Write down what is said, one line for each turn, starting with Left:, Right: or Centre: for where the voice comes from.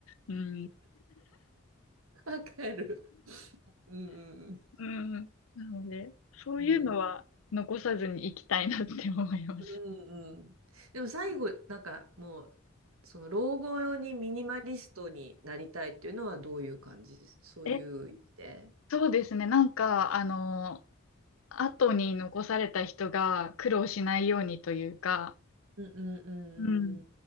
Left: うん
Right: わかる。うん
Left: うん。なので、そういうのは残さずに行きたいなって思います。
Right: うんうん。うんうん。でも最後、なんかもう、その老後用にミニマリストになりたいっていうのはどういう感じですそういう意味で。
Left: <laughs> え、そうですね。なんか、あの、後に残された人が苦労しないようにというか、
Right: うんうんうん
Left: うん、